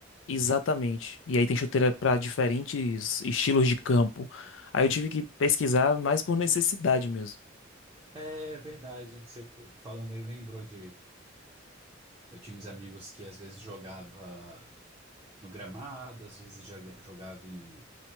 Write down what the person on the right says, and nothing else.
É verdade, você falando aí lembrou de. Eu tinha uns amigos que às vezes jogava no gramado, às vezes joga- jogava em